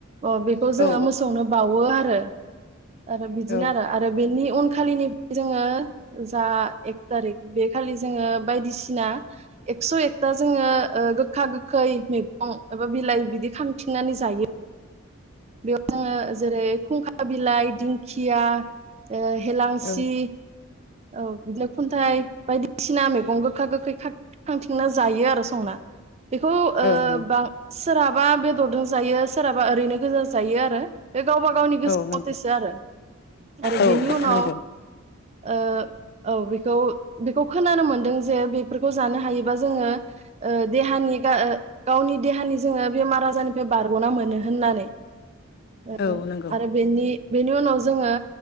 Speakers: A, on the right (about 30°); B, on the left (about 50°).
A: अ बेखौ जोङो
B: औ
A: मोसौनो बावो आ रो। आरो बिदिनो
B: औ
A: आरो आरो बेनि उन खालिनि जोङो जा एक थारिक बे खालि जोङो बायदिसिना एकस' एकथा जोङो, ओ गोखा गोखै मैगं एबा बिलाइ बिदि खांथिंनानै जायो। बेयाव जोङो जेरै खुंखा बिलाइ, दिंखिया। हेलांसि
B: औ
A: औ नो खुनथा बाय-बायदि सिना मैगं गोखा गोखै खा खांथिंना जायो आरो संना। बेखौ ओ
B: औ नंगौ
A: बांसि सोरहाबा बेदरदों जायो। सोरहाबा ओरैनो गोजा जायो आरो। बे गावबा गावनि गोसो
B: औ नंगौ
A: मथेसो आरो। आरो
B: औ
A: बेनि उनाव
B: नंगौ
A: ओ औ बेखौ बेखौ खोनानो मोन्दों जे बेफोरखौ जानो हायोबा जोङो ओ देहानि गा ओ गावनि देहानि जोङो बेमार आजारनिफ्राय बारग'ना मोनो होननानै। ओ
B: औ नंगौ
A: आरो बेनि बेनि उनाव जोङो